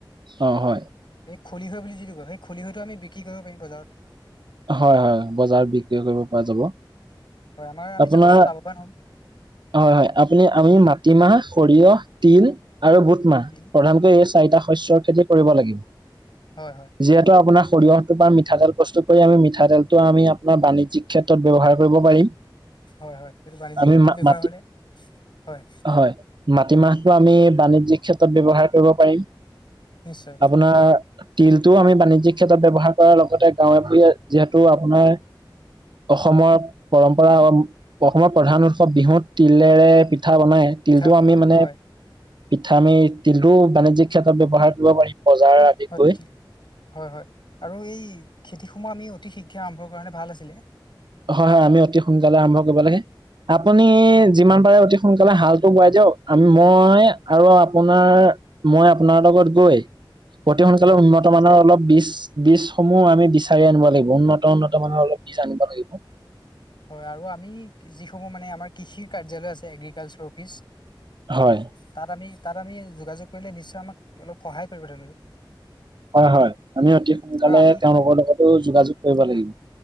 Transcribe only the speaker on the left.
খলিহৈ বুলি, যিটো কয়, সেই খলিহৈ আমি বিক্ৰী কৰিব পাৰিম বজাৰত।
হয় আমাৰ আমি
যথেষ্ট লাভৱান হ'ম
তিল,
বুট মাহ
হয় হয়
হয়, হয়, সেইটো বাণিজ্যিক
ক্ষেত্ৰত
ব্যৱহাৰ
হ'লে, হয়।
নিশ্চয়
পিঠা
বনোৱা
হয়
হয়
হয়
ঠিক, হয়, হয়, আৰু এই খেতিসমূহ আমি, অতি শীঘ্ৰে আৰম্ভ কৰা হেঁতেন ভাল আছিলে।
আৰু
হয়
হয়, আৰু আমি যিসমূহ মানে আমাৰ কৃষিৰ কাৰ্যালয় আছে এগ্ৰিকালচাৰ অফিচ।
তাত আমি, তাত আমি, যোগাযোগ কৰিলে নিশ্চয় আমাক অলপ সহায় কৰিব তেওঁলোকে।
আৰু আমি
হয়,